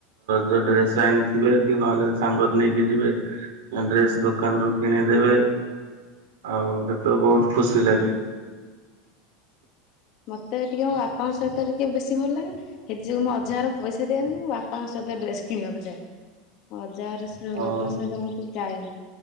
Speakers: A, on the right; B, on the left.
A: ର ଡ୍ରେସ ଆଣିଥିବେ କି ନହେଲେ ସାଙ୍ଗ ନେଇକି ଯିବେ ଡ୍ରେସ ଦୋକାନରୁୁ କିଣିଦେବେ। ଆଉ ଏତ କହୁ ଖୁସି ଲାଗେ।
B: ହଁ ମ <inaudible> ଟିକେ ମୋ ବାପାଙ୍କ ସହିତ ଟିକେ ବେଶୀ ଭଲ ଲାଗେ ହେଥିଯୋଗୁଁ ମୁଁ ଅଜାହାର ପଇସା ଦିଆନି ମୁଁ ବାପାଙ୍କ ସହିତ ଡ୍ରେସ୍ କିଣିବାକୁ ଯାଏଁ। ଯାହାର
A: ଆଉ
B: ଲୋକଙ୍କ ସହିତ ମୋତେ ଯାଏନି।